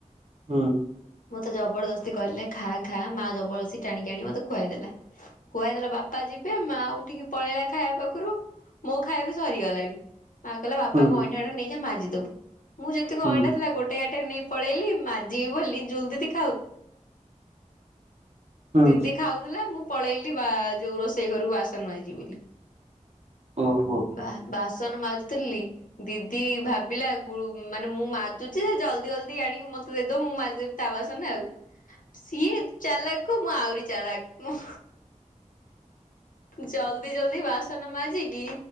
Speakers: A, on the right; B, on the left.
A: ହୁଁ
B: ମତେ ଜବରଦସ୍ତି କହିଲେ ଖା, ଖା ମା ଜବରଦସ୍ତି ଟାଣିକି ଆଣି ମୋତେ ଖୁଆଇଦେଲା। ଖୁଆଇଦେଲା ବାପା ଯିବେ ମା ଉଠିକି ପଳେଇଲା ଖାଇବା ପାଖରୁ, ମୋ ଖାଇବବି ସରିଗଲାଣି। ମା କହିଲା ବାପାଙ୍କ
A: ହୁଁ
B: ଅଇଁଠା ଟା ନେଇ ଯା ମାଜିଦବୁ। ମୁଁ ଯେତିକି
A: ହୁଁ
B: ଅଇଁଠା ଥିଲା ଗୋଟେଇ ଗାଟେଇ ନେଇ ପଳେଇଲି ମାଜି ବୋଲି ଜୁଲ ଦିଦି ଖାଉ
A: ହୁଁ
B: ଦିଦି ଖାଉଥିଲା, ମୁଁ ପଳେଇଲି ବା ଯୋଉ ରୋଷେଇ ଘରକୁ ବାସନ ମାଜିବି ବୋଲି।
A: ଓହୋ।
B: ବା ବାସନ ମାରୁଥିଲି ଦିଦି ଭାବିଲା, ମାନେ ଗୋଳ୍ ମୁଁ ମାଜୁଛି ଜଲଦି ଜଲଦି ଆଣିକି ମତେ ଦେଇଦବ, ମୁଁ ମାଜିଦେବି ତା ବାସନ ଆଉ।
A: ହ <inaudible>
B: ସିଏ, ଚାଲାକକୁ ମୁଁ ଆହୁରି ଚାଲାକ, ମୁଁ ଜଲ୍ଦି, ଜଲ୍ଦି ବାସନ ମାଜିକି